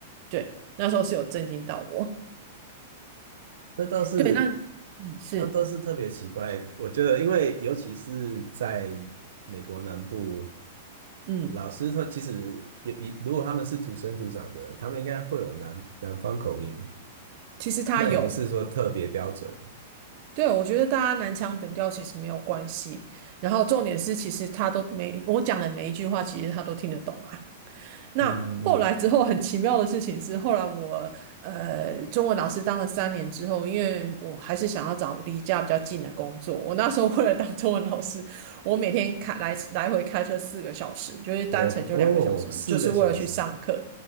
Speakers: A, on the right; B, on the right.
A: 对，那时候是有震惊到我。
B: 那倒是
A: 对，那嗯是
B: 那倒是特别奇怪。我觉得，因为尤其是在美国南部，
A: 嗯，
B: 老师他其实也也，如果他们是土生土长的，他们应该会有南南方口音，
A: 其实他有。
B: 那也不是说特别标准。
A: 对，我觉得大家南腔北调其实没有关系，然后重点是，其实他都每我讲的每一句话，其实他都听得懂啊。那后来之后很奇妙的事情是，
B: 嗯嗯，嗯
A: 后来我呃中文老师当了三年之后，因为我还是想要找离家比较近的工作，我那时候 <laughs> 为了当中文老师，我每天开来来回开车四个小时，就是单程就两个小时，
B: 哦哦，四个小时
A: 就是为了去上课。